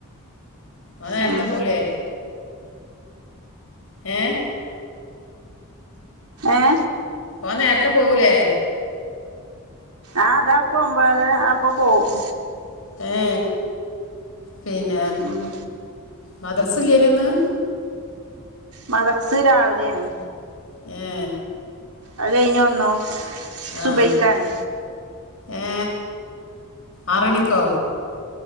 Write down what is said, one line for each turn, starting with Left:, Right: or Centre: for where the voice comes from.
Left: ഓൻ നേര്ത്തെ
Right: ഉം.
Left: പോവൂലേ ഏ
Right: ഏ
Left: ഓൻ നേരത്തെ പോവൂലേ
Right: ആ ഇതാപം ഒമ്പതര അപം പോവും
Left: ഏ പിന്ന്
Right: മ്മ്
Left: മദർസില്ലേനിയൊന്ന്
Right: മദർസ് രാവിലേണ്‌
Left: ഏ
Right: അത് കയ്ഞ്ഞു വന്നു സുബഹിക്കാണ്
Left: ആ ഏ ആറണിക്കോ?